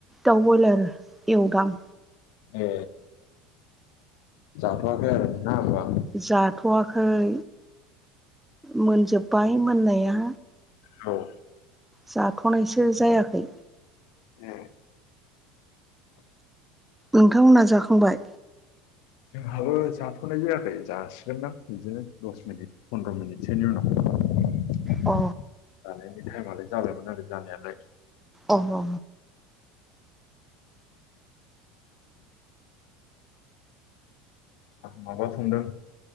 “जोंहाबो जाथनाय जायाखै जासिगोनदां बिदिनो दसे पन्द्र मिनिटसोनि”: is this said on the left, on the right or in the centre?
Left